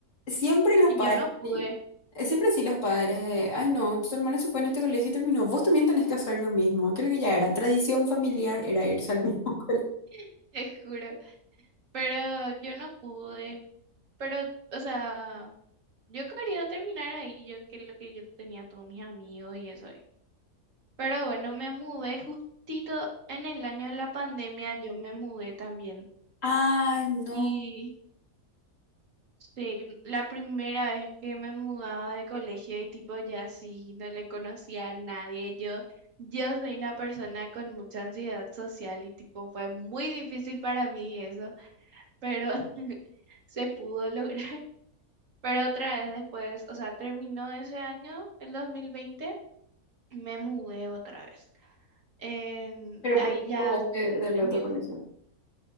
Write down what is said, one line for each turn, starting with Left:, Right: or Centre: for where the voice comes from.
Left: Siempre los
Right: Y
Left: padres,
Right: yo no pude,
Left: sí. eh, Siempre sí los padres de, ay no, tu hermana se fue en este colegio y terminó. Vos también tenés que hacer lo mismo. Creo que ya era tradición familiar, era irse al mismo <laughs> colegio.
Right: <laughs> te juro. Pero yo no pude. Pero, o sea, yo quería terminar ahí, yo que lo que yo tenía todos mis amigos y eso. ahí. Pero bueno, me mudé justito en el año de la pandemia, yo me mudé también.
Left: Ay, no.
Right: y Sí, la primera vez que me mudaba de colegio y tipo ya sí, no le conocía a nadie. Yo, yo soy una persona con mucha ansiedad social y tipo fue muy difícil para mí eso, pero <laughs> se pudo lograr. <laughs> Pero otra vez después, o sea, terminó ese año, el 2020, me mudé otra vez. En-
Left: Pero
Right: ahí
Left: porque te
Right: ya,
Left: mudaste
Right: en,
Left: del
Right: en
Left: otro
Right: mi
Left: colegio.